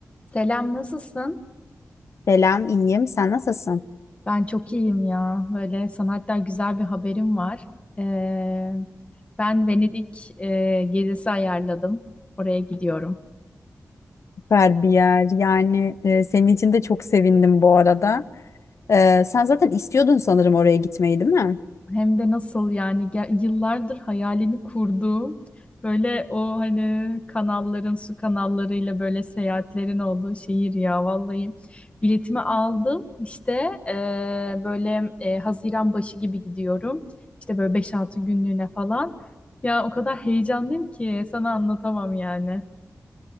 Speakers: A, on the left (about 25°); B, on the left (about 65°).
A: Selam, nasılsın?
B: Selam, iyiyim. Sen nasılsın?
A: Ben çok iyiyim ya. Böyle sana hatta güzel bir haberim var. Ee, ben Venedik e, gezisi ayarladım. Oraya gidiyorum.
B: Süper bir yer. Yani e, senin için de çok sevindim bu arada. Ee, sen zaten istiyordun sanırım oraya gitmeyi, değil mi?
A: Hem de nasıl yani ge- yıllardır hayalini kurduğum böyle o hani kanalların su kanallarıyla böyle seyahatlerin olduğu şehir ya vallahi biletimi aldım işte eee, böyle eee, Haziran başı gibi gidiyorum işte böyle beş 6 günlüğüne falan ya o kadar heyecanlıyım ki sana anlatamam yani.